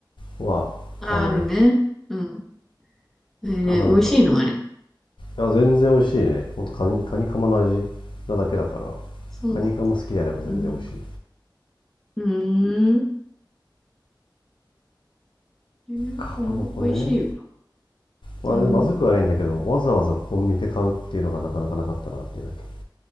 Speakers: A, on the left; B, in the centre.
A: は買うね
B: あー、あるね。うん。えーね、
A: ただなんかい
B: 美味しいのあれ。
A: や全然美味しいねほんとカニカニカマの味なだけだから
B: そうなの。
A: カニカマ好きであれば全然美味しい
B: うん。うーん。えなんかもう美味しいよ。
A: かまぼこねまあ、
B: うん。
A: まずくはないんだけど、わざわざコンビニで買うっていうのがなかなかなかったなっていうだけ。